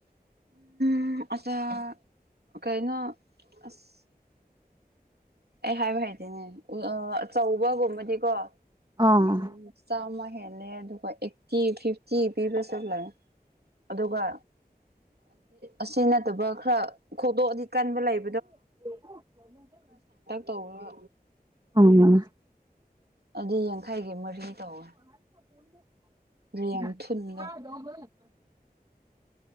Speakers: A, on the right; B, on the right.
A: ꯎꯝ ꯑꯆꯥ ꯀꯩꯅꯣ ꯑꯁ ꯑꯩ ꯍꯥꯏꯕ ꯍꯩꯇꯦꯅꯦ ꯑꯥ ꯑꯆꯧꯕꯒꯨꯝꯕꯗꯤ ꯀꯣ
B: ꯑꯥ
A: ꯎꯝ ꯆꯥꯝꯃ ꯍꯦꯜꯂꯦ ꯑꯗꯨꯒ ꯑꯩꯠꯇꯤ ꯐꯤꯐꯇꯤ ꯄꯤꯕꯁꯨ ꯂꯩ ꯑꯗꯨꯒ ꯑꯁꯤ ꯅꯠꯇꯕ ꯈꯔ ꯈꯣꯡꯇꯣꯛꯑꯥꯗꯤ ꯀꯟꯕ ꯂꯩ
B: <inaudible>
A: ꯇꯧꯔ
B: <unintelligible>
A: ꯑꯗꯩ ꯌꯥꯡꯈꯩꯒꯤ ꯃꯔꯤ ꯇꯧꯋꯦ
B: <unintelligible>
A: ꯔꯦꯡ ꯊꯨꯟꯗꯣ